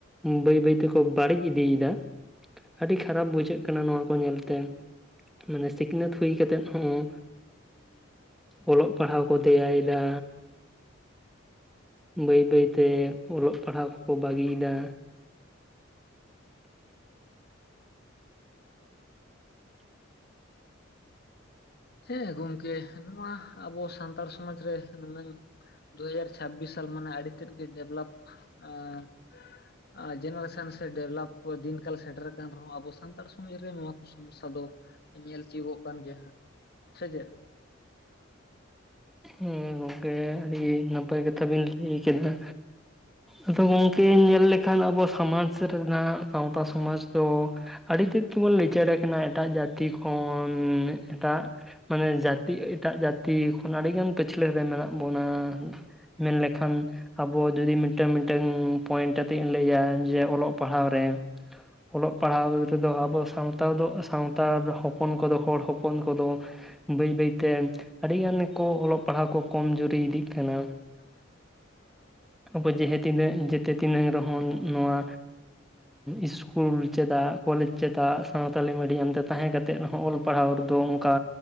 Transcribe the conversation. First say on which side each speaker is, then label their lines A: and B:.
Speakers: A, in the centre; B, on the left (about 50°).
A: ᱵᱟᱹᱭ ᱵᱟᱹᱭ ᱛᱮᱠᱚ ᱵᱟᱹᱲᱤᱡ ᱤᱫᱤᱭᱮᱫᱟ ᱟᱹᱰᱤ ᱠᱷᱟᱨᱟᱯ ᱵᱩᱡᱷᱟᱹᱜ ᱠᱟᱱᱟ ᱱᱚᱣᱟ ᱠᱚ ᱧᱮᱞᱛᱮ ᱢᱟᱱᱮ ᱥᱤᱠᱷᱱᱟᱹᱛ ᱦᱩᱭ ᱠᱟᱛᱮᱫ ᱩᱸ ᱚᱞᱚᱜ ᱯᱟᱲᱦᱟᱣ ᱠᱚ ᱫᱮᱭᱟᱭᱮᱫᱟ ᱵᱟᱹᱭ ᱵᱟᱹᱭᱛᱮ ᱚᱞᱚᱜ ᱯᱟᱲᱦᱟᱣ ᱠᱚᱠᱚ ᱵᱟᱹᱜᱤᱭᱮᱫᱟ
B: ᱦᱮᱸ ᱜᱚᱢᱠᱮ ᱱᱚᱣᱟ ᱟᱵᱚ ᱥᱟᱱᱛᱟᱲ ᱥᱚᱢᱟᱡᱽ ᱨᱮ ᱱᱩᱱᱟᱹᱝ ᱫᱩ ᱦᱟᱡᱟᱨ ᱪᱷᱟᱵᱵᱤᱥ ᱥᱟᱞ ᱢᱟᱱᱮ ᱟᱹᱰᱤ ᱛᱮᱫ ᱜᱮ ᱰᱮᱵᱷᱞᱚᱯ ᱮᱸᱻ ᱡᱮᱱᱟᱨᱮᱥᱚᱱ ᱥᱮ ᱰᱮᱵᱷᱞᱚᱯ ᱫᱤᱱ ᱠᱟᱞ ᱥᱮᱴᱮᱨ ᱟᱠᱟᱱ ᱨᱮᱦᱚᱸ ᱟᱵᱚ ᱥᱟᱱᱛᱟᱲ ᱥᱚᱢᱟᱡᱽ ᱨᱮ ᱱᱚᱣᱟ ᱠᱚ ᱥᱚᱢᱚᱥᱥᱟ ᱫᱚ ᱧᱮᱞ ᱛᱤᱭᱚᱜᱚᱜ ᱠᱟᱱ ᱜᱮᱭᱟ ᱦᱟᱸᱜ ᱥᱮᱪᱮᱫ
A: ᱦᱮᱸ ᱜᱚᱝᱠᱮ ᱟᱹᱰᱤ ᱱᱟᱯᱟᱭ ᱠᱟᱛᱷᱟ ᱵᱮᱱ ᱞᱟᱹᱭ ᱠᱮᱫᱟ ᱟᱫᱚ ᱜᱚᱝᱠᱮ ᱧᱮᱞ ᱞᱮᱠᱷᱟᱱ ᱟᱵᱚ ᱥᱚᱢᱟᱡᱽ ᱨᱮᱱᱟᱜ ᱥᱟᱶᱛᱟ ᱥᱚᱢᱟᱡᱽ ᱫᱚ ᱟᱹᱰᱤ ᱛᱮᱫ ᱛᱮᱵᱚᱱ ᱞᱤᱪᱟᱹᱲ ᱟᱠᱟᱱᱟ ᱮᱴᱟᱜ ᱡᱟᱹᱛᱤ ᱠᱚ ᱡᱷᱚᱱ ᱮᱴᱟᱜ ᱢᱟᱱᱮ ᱡᱟᱹᱛᱤ ᱮᱴᱟᱜ ᱡᱟᱹᱛᱤ ᱠᱷᱚᱱ ᱟᱹᱰᱤᱜᱟᱱ ᱯᱟᱹᱪᱷ ᱯᱟᱹᱪᱷᱞᱟᱹ ᱨᱮ ᱢᱮᱱᱟᱜ ᱵᱚᱱᱟ ᱢᱮᱱᱞᱮᱠᱷᱟᱱ ᱟᱵᱚ ᱡᱩᱫᱤ ᱢᱤᱫᱴᱮᱝ ᱢᱤᱫᱴᱮᱝ ᱯᱚᱭᱮᱱᱴ ᱟᱛᱮᱜ ᱤᱧ ᱞᱟᱹᱭᱟ ᱡᱮ ᱚᱞᱚᱜ ᱯᱟᱲᱦᱟᱣ ᱨᱮ ᱚᱞᱚᱜ ᱯᱟᱲᱦᱟᱣ ᱨᱮᱫᱚ ᱟᱵᱚ ᱥᱟᱶᱛᱟ ᱫᱚ ᱥᱟᱶᱛᱟ ᱦᱚᱯᱚᱱ ᱠᱚᱫᱚ ᱦᱚᱲ ᱦᱚᱯᱚᱱ ᱠᱚᱫᱚ ᱵᱟᱹᱭ ᱵᱟᱹᱭᱛᱮ ᱟᱹᱰᱤ ᱜᱟᱱ ᱜᱮ ᱠᱚ ᱚᱞᱚᱜ ᱯᱟᱲᱦᱟᱜ ᱠᱚ ᱠᱚᱢ ᱡᱩᱨᱤ ᱤᱫᱤᱜ ᱠᱟᱱᱟ ᱾
B: <inaudible>
A: ᱟᱵᱚ ᱡᱮᱦᱮ ᱛᱤᱱᱟᱹᱜ ᱡᱮᱛᱮ ᱛᱤᱱᱟᱹᱜ ᱨᱮᱦᱚᱸ ᱱᱚᱣᱟ ᱤᱥᱠᱩᱞ ᱪᱮᱫᱟᱜ ᱠᱚᱞᱮᱡᱽ ᱪᱮᱫᱟᱜ ᱥᱟᱶᱛᱟᱞᱤ ᱢᱤᱰᱤᱭᱟᱢ ᱛᱮ ᱛᱟᱦᱮᱸ ᱠᱟᱛᱮ ᱨᱮ ᱦᱚᱸ ᱚᱞ ᱯᱟᱲᱦᱟᱣ ᱚᱞ ᱯᱟᱲᱦᱟᱣ ᱨᱮᱫᱚ ᱚᱱᱠᱟ